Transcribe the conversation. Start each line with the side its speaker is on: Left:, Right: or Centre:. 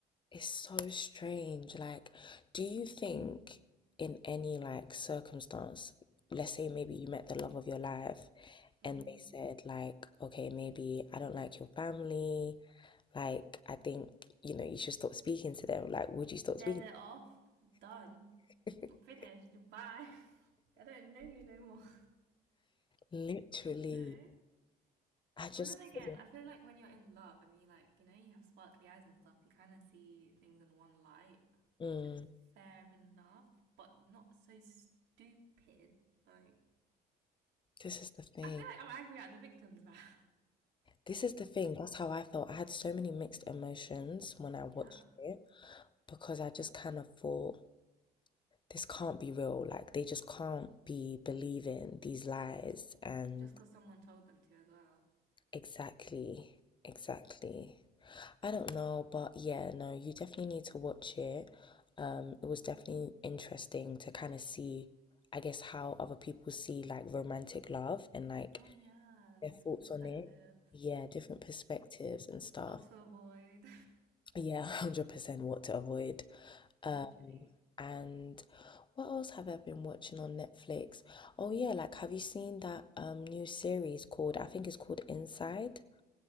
Left: It's so strange. Like, do you think in any like circumstance, let's say maybe you met the love of your life
Right: Mm.
Left: and they said like okay maybe i don't like your family like i think you know you should stop speaking to them like would you stop
Right: dead
Left: speaking
Right: it off, done,
Left: <laughs>
Right: finished, bye. <laughs> I don't know you no more,
Left: literally
Right: <laughs> you know?
Left: i just
Right: Well, then again,
Left: couldn't
Right: I feel like when you're in love and you like, you know, you have sparkly eyes and stuff, you kind of see things in one light.
Left: mm,
Right: So fair enough, but not so stupid. Like,
Left: this is the thing
Right: I feel like I'm angry at the victims now.
Left: this is the thing that's how i felt i had so many mixed emotions when i watched
Right: <laughs> yeah,
Left: it because i just kind of thought this can't be real like they just can't be believing these lies and
Right: just because someone told them to as well.
Left: exactly exactly I don't know, but yeah, no, you definitely need to watch it. Um, it was definitely interesting to kind of see, I guess, how other people see like romantic love and like
Right: Oh yeah,
Left: their thoughts
Right: different perspectives.
Left: on it. Yeah, different perspectives and stuff.
Right: What to avoid.
Left: Yeah, <laughs> 100% what to avoid.
Right: <laughs> Literally.
Left: Um, and what else have I been watching on Netflix? Oh yeah, like have you seen that um new series called, I think it's called Inside?